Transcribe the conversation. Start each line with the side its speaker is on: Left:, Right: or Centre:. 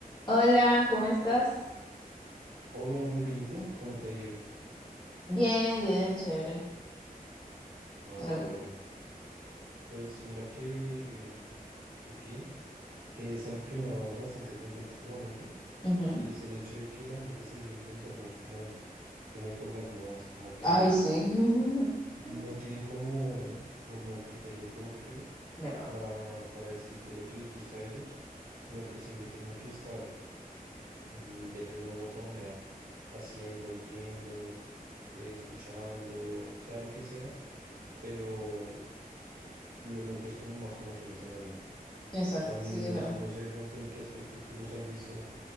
Left: Hola, ¿cómo estás?
Right: Hola, muy bien. ¿Y tú? ¿Cómo te ha ido?
Left: Bien, bien, chévere.
Right: Ah,
Left: Al-
Right: bueno, pues mira que, que, que, que es algo que me ha dado bastante cuenta últimamente
Left: ujú.
Right: y es el hecho de que la gente se deja influenciar mucho como, como por las modas, como que
Left: Ay, sí. <laughs>
Right: no tienen como, como criterio propio
Left: ¿Verdad?
Right: para, para decir qué es lo que les gusta a ellos, sino que siempre tienen que estar mm, de una u otra manera, haciendo, viendo, eh, escuchando, sea lo que sea, pero lo, lo que es como más conocido en ese momento.
Left: Exacto,
Right: O sea, no,
Left: sí, es verdad.
Right: no sé de pronto en qué aspectos tú los has visto